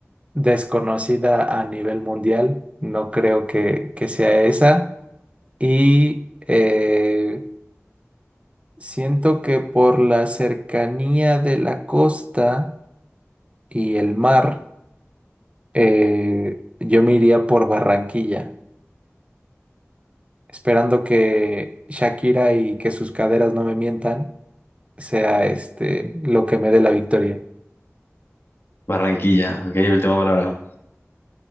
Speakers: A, on the right; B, on the left.
A: desconocida a nivel mundial. No creo que, que sea esa. Y eh, siento que por la cercanía de la costa y el mar, eh, yo me iría por Barranquilla, esperando que Shakira y que sus caderas no me mientan, sea este lo que me dé la victoria.
B: Barranquilla, ok, última palabra.